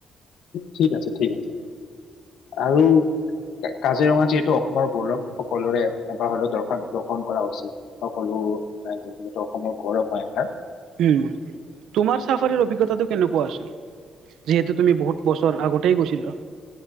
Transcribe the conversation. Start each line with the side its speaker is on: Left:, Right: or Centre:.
Left: ঠিক আছে, ঠিক আছে আৰু কাজিৰঙা যিহেতু অসমৰ গৌৰৱ, সকলোৰে এবাৰ হলেও দৰ্শন দৰ্শন কৰা উচিত। সকলো ৰাইজৰ যিহেতু অসমীয়া গৌৰৱ হয় আমাৰ।
Right: উম' তোমাৰ চাফাৰিৰ অভিজ্ঞতাটো কেনেকুৱা আছিল? যিহেতু তুমি বহুত বছৰ আগতেই গৈছিলা।